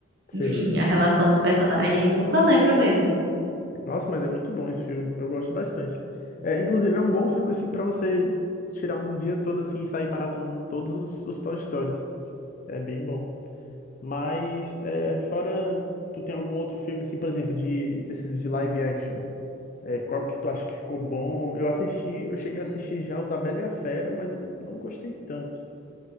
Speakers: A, on the right; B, on the left.
A: Enfim,
B: Sei.
A: a relação dos personagens, nunca lembro mesmo.
B: Nossa, mas é muito bom esse filme. Eu gosto bastante. É, inclusive é um bom filme assim para você tirar um dia todo assim e sair maratonando todos os, os Toy Stories. É bem bom. Mas é, fora tu tem algum outro filme assim, por exemplo, de desses de live action? É, qual que tu acha que ficou bom? Eu assisti, eu cheguei a assistir já o da Bela e a Fera, mas eu não gostei tanto.